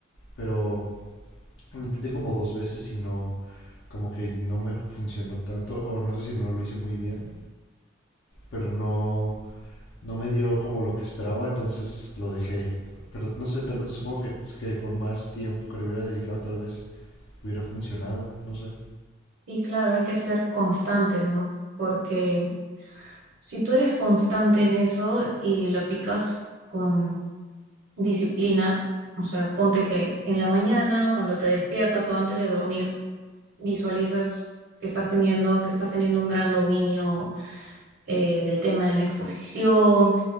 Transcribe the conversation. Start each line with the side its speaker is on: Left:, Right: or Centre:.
Left: pero lo intenté como dos veces y no como que no me funcionó tanto o no sé si no lo hice muy bien pero no no me dio como lo que esperaba entonces lo dejé pero no sé tal vez supongo que, que con más tiempo que le hubiera dedicado tal vez hubiera funcionado no sé
Right: Sí, claro, hay que ser constante, ¿no? Porque si tú eres constante en eso y lo aplicas con disciplina, o sea, ponte que en la mañana, cuando te despiertas o antes de dormir, visualizas que estás teniendo, que estás teniendo un gran dominio eh, del tema en la exposición,